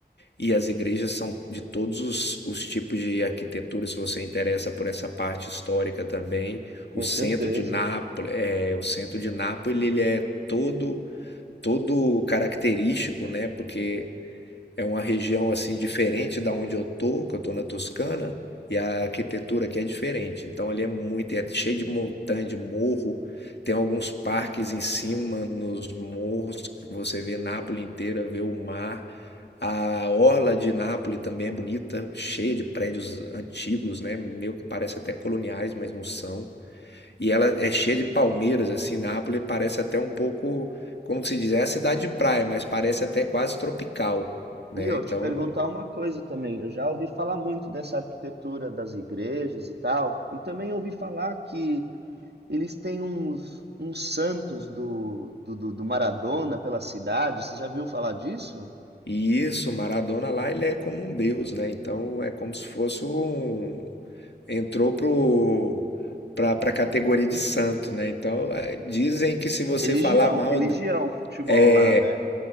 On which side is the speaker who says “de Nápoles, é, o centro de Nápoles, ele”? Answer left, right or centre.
Left